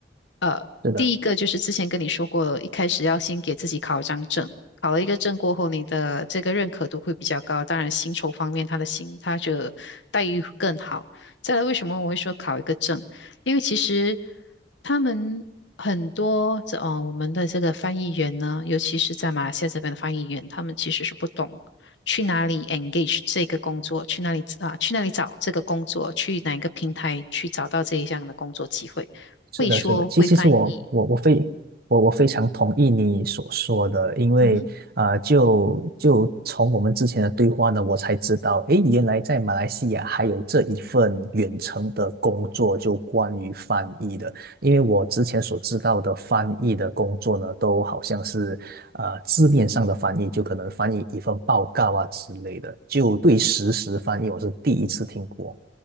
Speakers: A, on the left (about 75°); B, on the right (about 55°).
A: 呃，
B: 是的。
A: 第一个就是之前跟你说过，一开始要先给自己考一张证，考了一个证过后，你的这个认可度会比较高。当然，薪酬方面，他的薪他的待遇更好。再来，为什么我会说考一个证？因为其实他们很多这哦，我们的这个翻译员呢，尤其是在马来西亚这边的翻译员，他们其实是不懂去哪里 engage 这个工作，去哪里啊，去哪里找这个工作，去哪一个平台去找到这一项的工作机会，
B: 是的，
A: 会说会翻译。
B: 是的，其其实我我我非我我非常同意你所说的，因为啊，
A: 嗯哼。
B: 就就从我们之前的对话呢，我才知道，诶，原来在马来西亚还有这一份远程的工作，就关于翻译的，因为我之前所知道的翻译的工作呢，都好像是呃字面上的翻译，就可能翻译一份报告啊之类的，就对实时翻译我是第一次听过。